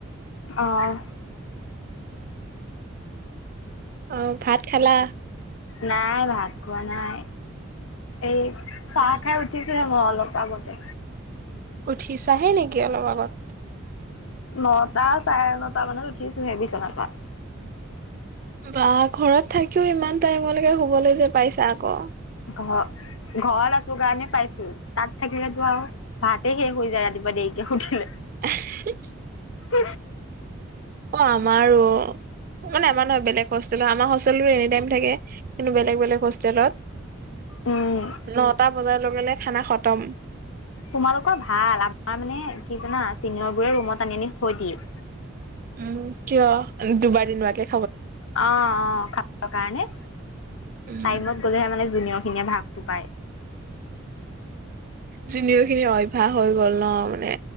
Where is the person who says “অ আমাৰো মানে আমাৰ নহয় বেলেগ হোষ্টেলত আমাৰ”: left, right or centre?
Right